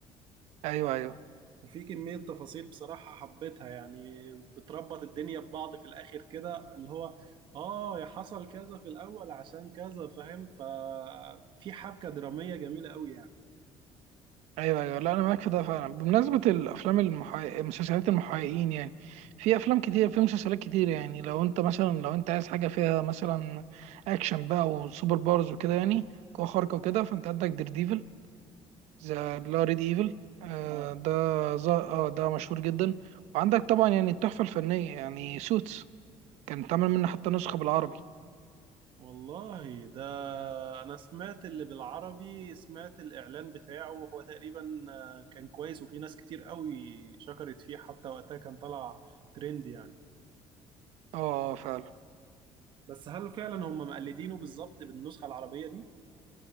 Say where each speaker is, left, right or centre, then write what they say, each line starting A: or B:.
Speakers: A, on the right (about 80°); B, on the right (about 45°).
A: ايوه ايوه
B: وفي كمية تفاصيل بصراحة حبيتها يعني بتربط الدنيا ببعض في الآخر كده اللي هو اه حصل كذا في الأول عشان كذا فاهم ففي حبكة درامية جميلة قوي يعني
A: ايوه ايوه لا انا معاك في ده فعلا بمناسبه الافلام المحقق... مسلسلات المحققين يعني في افلام كتير في مسلسلات كتير يعني لو انت مثلا لو انت عايز حاجه فيها مثلا اكشن بقى وسوبر باورز وكده يعني قوه خارقه وكده فانت عندك دير ديفل ذا اللي هو ريد ايفل آه
B: اه
A: ده ز- اه ده مشهور جدا وعندك طبعا يعني التحفه الفنيه يعني سوتس كان اتعمل منه حتى نسخه بالعربي
B: والله ده انا سمعت اللي بالعربي سمعت الاعلان بتاعه هو تقريبا آه، كان كويس وفي ناس كتير قوي شكرت فيه حتى وقتها كان طلع ترند يعني
A: اه فعلا
B: بس هل فعلا هم مقلدينه بالظبط بالنسخة العربية دي